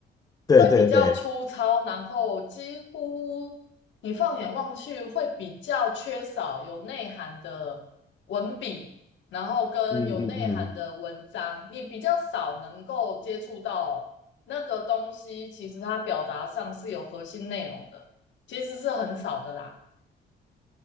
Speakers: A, on the left (about 20°); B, on the left (about 65°).
A: 对对对，
B: 会比较粗糙，然后几乎你放眼望去会比较缺少有内涵的文笔，然后跟有内涵的文章，
A: 嗯嗯嗯。
B: 你比较少能够接触到那个东西，其实它表达上是有核心内容的，其实是很少的啦。